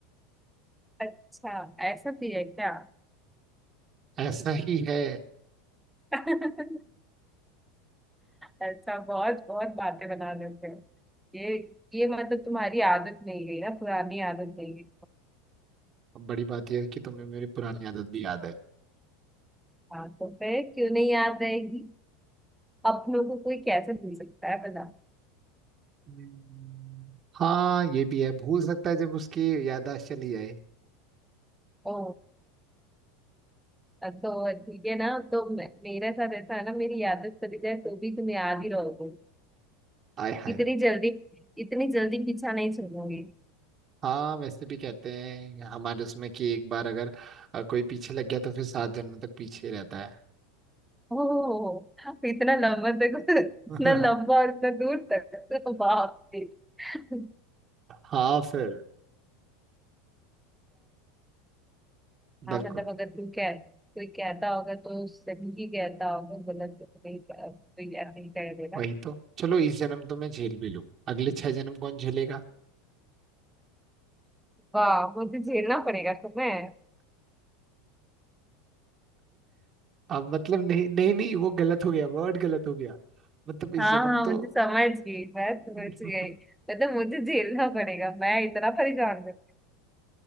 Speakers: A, in the centre; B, on the right.
A: अच्छा ऐसा भी है क्या
B: ऐसा ही है
A: <laughs> अच्छा बहुत बहुत बातें बना लेते हो ये ये मतलब तुम्हारी आदत नहीं गई ना पुरानी आदत नहीं गई
B: अब बड़ी बात यह है कि तुम्हें मेरी पुरानी आदत भी याद है
A: हाँ तो फिर क्यों नहीं याद रहेगी अपनों को कोई कैसे भूल सकता है बता
B: हम्म, हाँ ये भी है भूल सकता है जब उसकी याददाश्त चली जाए
A: ओ तो ठीक है ना तो मे- मेरे साथ ऐसा है ना मेरी यादें चली जाए तो भी तुम याद ही रहोगे
B: आय हाय
A: इतनी जल्दी इतनी जल्दी पीछा नहीं छोड़ोगे
B: हाँ वैसे भी कहते हैं हमारे उसमें कि एक बार अगर अ, कोई पीछे लग गया तो फिर सात जन्म तक पीछे ही रहता है
A: ओह तो इतना लंबा तक इतना
B: <laughs>
A: लंबा और इतना दूर तक तो बाप रे अच्छा
B: हाँ फिर
A: हाँ
B: बिल्कुल
A: मतलब अगर तू कह कोई कहता होगा तो सही ही कहता होगा गलत तो नहीं कह- कोई ऐसे ही कह देगा
B: वही तो चलो इस जन्म तो मैं झेल भी लूं अगले छह जन्म कौन झेलेगा
A: वाह मुझे झेलना पड़ेगा तुम्हें
B: अब मतलब नहीं नहीं नहीं वो गलत हो गया वर्ड गलत हो गया मतलब इस
A: हाँ
B: जन्म
A: हाँ
B: तो
A: मुझे समझ गई मैं समझ
B: <laughs>
A: गई मतलब मुझे झेलना पड़ेगा मैं इतना परेशान करता